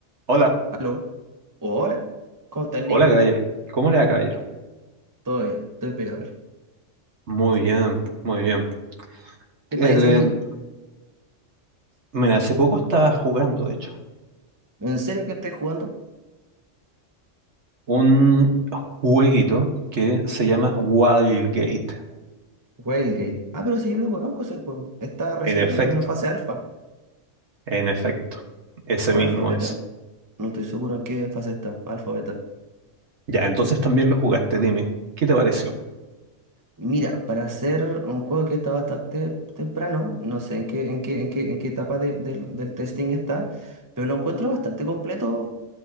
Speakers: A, on the right; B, on the right.
A: Hola,
B: Aló, hola, ¿cómo estás,
A: hola
B: Nico?
A: Gayer. ¿Cómo le va, Gayer?
B: Todo bien, estoy impecable.
A: Muy bien, muy bien.
B: ¿Qué
A: El,
B: estáis haciendo?
A: el- mira, hace poco estaba jugando, de hecho,
B: ¿En serio que estáis jugando?
A: un jueguito que se llama Wildgate.
B: Wildgate. Ah, pero si yo lo conozco ese juego. Está recién
A: En efecto,
B: en una fase alfa
A: en efecto. Ese
B: o
A: mismo
B: alfa beta.
A: es.
B: No estoy seguro en qué fase está, alfa beta.
A: Ya, entonces también lo jugaste, dime, ¿qué te pareció?
B: Mira, para hacer un juego que está bastante temprano, no sé en qué, en qué, en qué, en qué etapa de- del del testing está, pero lo encuentro bastante completo